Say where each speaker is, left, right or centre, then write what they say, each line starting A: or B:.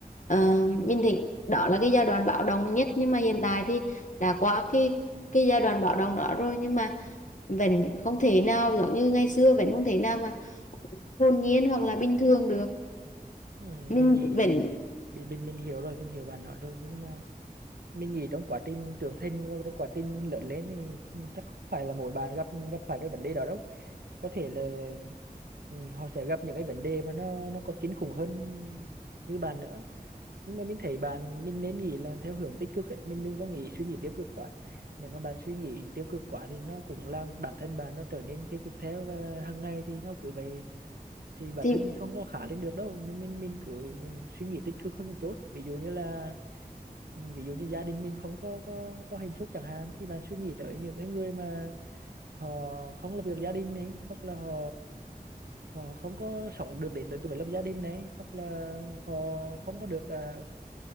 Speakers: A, on the left; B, on the right.
A: Ờ, mình thì đó là cái giai đoạn bạo động nhất nhưng mà hiện tại thì đã qua cái cái giai đoạn bạo động đó rồi nhưng mà vẫn không thể nào giống như ngày xưa vẫn không thể nào mà hồn nhiên hoặc là bình thường được
B: ừ,
A: mình
B: mình nghĩ
A: vẫn
B: mình, mình mình hiểu rồi mình hiểu bạn nói rồi nhưng mà mình nghĩ trong quá trình trưởng thành và trong quá trình mình lớn lên thì chắc không phải là mỗi bạn gặp gặp phải cái vấn đề đó đâu có thể là ừ, họ sẽ gặp những cái vấn đề mà nó nó còn kinh khủng hơn như bạn nữa nhưng mà mình thấy bạn mình nên nghĩ là theo hướng tích cực ấy mình đừng có nghĩ suy nghĩ tiêu cực quá nếu mà bạn suy nghĩ tiêu cực quá thì nó cũng làm bản thân bạn nó trở nên tiêu cực theo và hàng ngày thì nó cứ vậy thì bản
A: thì
B: thân mình không có khá lên được đâu nên mình mình cứ suy nghĩ tích cực hơn một chút ví dụ như là ừ, ví dụ như gia đình mình không có có có hạnh phúc chẳng hạn thì bạn suy nghĩ tới những cái người mà họ không lập được gia đình này hoặc là họ họ không có sống được đến tới tuổi lập gia đình này hoặc là họ không có được à,